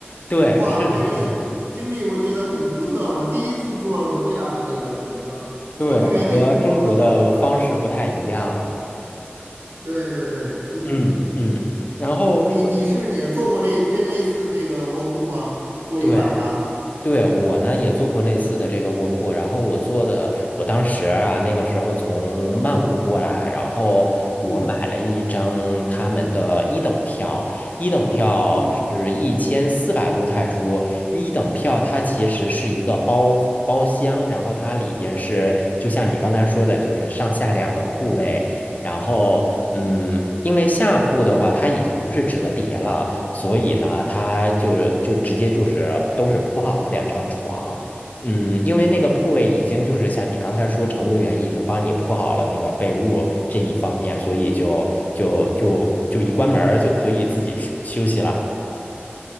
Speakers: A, on the left (about 40°); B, on the right (about 65°).
A: 对，
B: 哇，
A: 是的，
B: 这个
A: 是的，
B: <laughs> 经历我觉得很独特，我第一次坐过这样的这个火车，
A: 对，
B: 乘务员给铺床的火车。
A: 和中国的方式不太一样。
B: 嗯，对对对，嗯，
A: 嗯嗯，然后除了
B: 你你你是也坐过这这类似的这个卧铺吗？坐一晚上？
A: 对。对，我呢也做过类似的这个卧铺，然后我做的，我当时啊那个时候从曼谷过来，然后我买了一张他们的一等票，
B: 嗯
A: 一等票是一千四百多泰铢，
B: 嗯
A: 一等票它其实是一个包包厢，然后它里边是就像你刚才说的，就是上下两个铺位，然后，
B: 嗯。
A: 嗯，因为下铺的话，它已经不是折叠了，所以呢，它就是就直接就是都是铺好了两张床。嗯，因为那个铺位已经就是像你刚才说，乘务员已经帮你铺好了那个被褥这一方面，所以就就就就一关门儿就可以自己睡休息了。